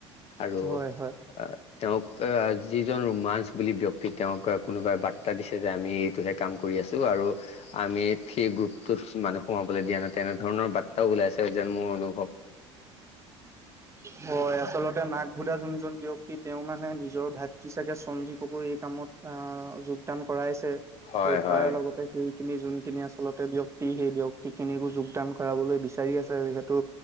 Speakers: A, on the left (about 40°); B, on the right (about 20°).
A: আৰু
B: হয় হয়
A: অ তেওঁক আহ, যিজন ৰোমাঞ্চ বুলি ব্যক্তি তেওঁক কোনোবাই বাৰ্তা দিছে যে, আমি এইটো শেষ কাম কৰি আছোঁ। আৰু আমি ফ্ৰী গ্ৰুপ টোত মানুহ সোমাবলৈ দিয়া নাই, তেনেধৰণৰ বাৰ্তাও ওলাইছে যেন মোৰ অনুভৱ।
B: হয়, আচলতে নাকভোদা যোনজন ব্যক্তিক তেওঁ মানে নিজৰ ভাতৃ চাগে, সঞ্জীৱকও এই কামত আহ, যোগ দান কৰাইছে।
A: হয়
B: আৰু
A: হয়
B: তাৰ লগতে সেইখিনি যোনখিনি আচলতে ব্যক্তি ব্যক্তি, সেই ব্যক্তি খিনিকো যোগদান কৰিবলৈ বিচাৰি আছে। যিহেতু,